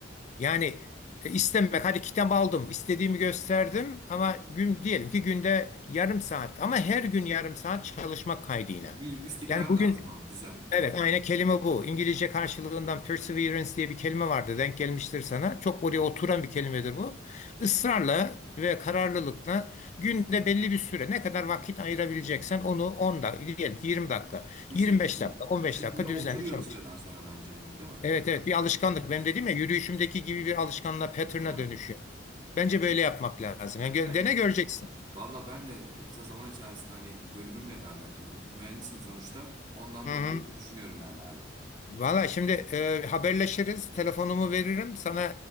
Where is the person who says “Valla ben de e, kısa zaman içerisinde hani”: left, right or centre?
Right